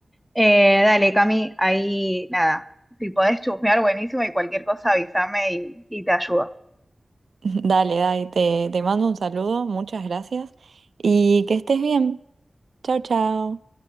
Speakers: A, in the centre; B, on the right.
A: Eh, dale, Cami, ahí nada, si podés chusmear, buenísimo y cualquier cosa avísame y, y te ayudo.
B: <laughs> Dale, Dai, te, te mando un saludo, muchas gracias y que estés bien. Chao, chao.